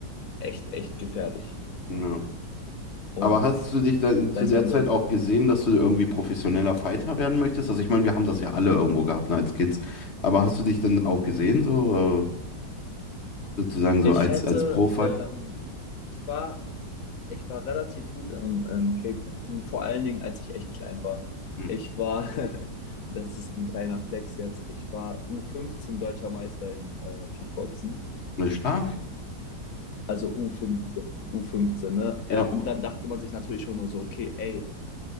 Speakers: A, on the left; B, on the left.
A: echt, echt gefährlich.
B: Ja.
A: Und
B: Aber hast du dich dann
A: sagen
B: zu der
A: wir mal
B: Zeit
A: so,
B: auch gesehen, dass du irgendwie professioneller Fighter werden möchtest? Also ich meine, wir haben das ja alle irgendwo gehabt, ne, als Kids. Aber hast du dich dann auch gesehen, so? äh, Sozusagen so
A: ich
B: als,
A: hätte,
B: als Pro-Fighter.
A: ähm, ich war, ich war relativ gut im, im Kickboxen, vor allen Dingen, als ich echt klein war.
B: Hm.
A: Ich war, <laughs> das ist ein kleiner Flex jetzt, ich war U15 deutscher Meister in äh, Kickboxen.
B: Ja, Stark.
A: Also U15, U15, ne?
B: Ja,
A: Äh,
B: und,
A: und dann dachte man sich natürlich schon nur so, okay, ey,